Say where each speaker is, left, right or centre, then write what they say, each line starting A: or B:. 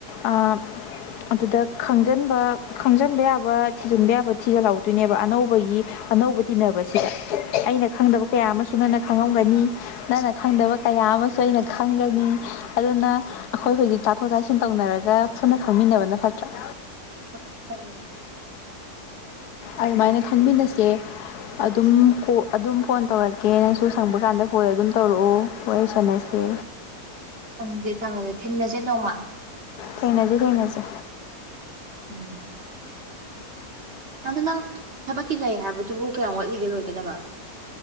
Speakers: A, on the left; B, on the right.
A: ꯑꯥ ꯑꯗꯨꯗ ꯈꯪꯖꯤꯟꯕ ꯈꯪꯖꯤꯟꯕ ꯌꯥꯕ ꯊꯤꯖꯤꯟꯕ ꯌꯥꯕ ꯊꯤꯖꯤꯜꯍꯧꯗꯣꯏꯅꯦꯕ ꯑꯅꯧꯕꯒꯤ ꯑꯅꯧꯕ ꯇꯤꯟꯅꯕꯁꯤꯗ ꯑꯩꯅ ꯈꯪꯗꯕ ꯀꯌꯥ ꯑꯃꯁꯨ ꯅꯪꯅ ꯈꯪꯍꯧꯒꯅꯤ꯫ ꯅꯪꯅ ꯈꯪꯗꯕ ꯀꯌꯥ ꯑꯃꯁꯨ ꯑꯩꯅ ꯈꯪꯒꯅꯤ ꯑꯗꯨꯅ ꯑꯩꯈꯣꯏ ꯍꯨꯖꯤꯛ ꯆꯥꯊꯣꯛ ꯇꯥꯁꯤꯟ ꯇꯧꯅꯔꯒ ꯄꯨꯟꯅ ꯈꯪꯃꯤꯟꯅꯕꯅ ꯐꯠꯇ꯭ꯔꯥ꯫
B: ꯍꯣꯏ ꯐꯩꯌꯦ꯫
A: ꯑꯗꯨꯃꯥꯏꯅ ꯈꯪꯃꯤꯟꯅꯁꯦ꯫ ꯑꯗꯨꯝ ꯑꯗꯨꯝ ꯐꯣꯟ ꯇꯧꯔꯛꯀꯦ ꯅꯪꯁꯨ ꯁꯪꯕ ꯀꯥꯟꯗ ꯐꯣꯟ ꯑꯗꯨꯝ ꯇꯧꯔꯛꯑꯣ ꯋꯥꯔꯤ ꯁꯥꯟꯅꯁꯦ꯫
B: ꯁꯥꯟꯅꯕ ꯁꯥꯟꯅꯁꯦ ꯊꯦꯡꯅꯁꯦ ꯅꯣꯡꯃ꯫
A: ꯊꯦꯡꯅꯁꯦ ꯊꯦꯡꯅꯁꯦ꯫
B: ꯎꯝ ꯑꯗꯨ ꯅꯪ ꯊꯕꯛꯀꯤ ꯂꯩ ꯍꯥꯏꯕꯗꯨꯕꯨ ꯀꯌꯥꯝ ꯋꯥꯠꯂꯤꯒꯦ ꯂꯣꯏꯒꯗꯕ?